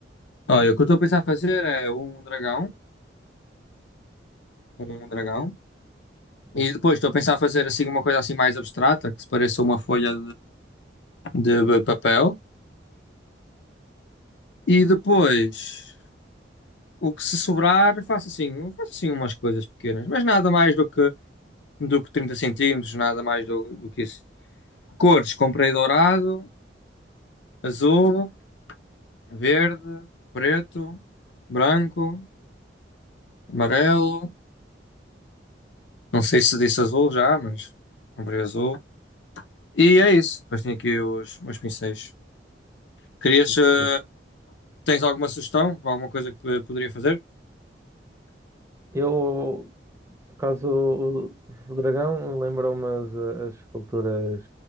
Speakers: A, on the left; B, on the right.
A: Olha, o que eu estou a pensar fazer é um dragão, um dragão,
B: Sim,
A: e depois estou a pensar fazer assim uma coisa assim mais abstrata, que se pareça uma folha de, de papel, e depois o que se sobrar faço assim, faço assim umas coisas pequenas, mas nada mais do que do que 30 centímetros, nada mais do, do que isso. Cores, comprei dourado, azul, verde, preto, branco, amarelo. Não sei se disse azul já, mas comprei azul. E é isso. Depois tenho aqui os meus pincéis. Querias,
B: desse-
A: eh,
B: desse.
A: tens alguma sugestão para alguma coisa que p- poderia fazer?
B: Eu, por causa do o dragão, lembrou-me as, as esculturas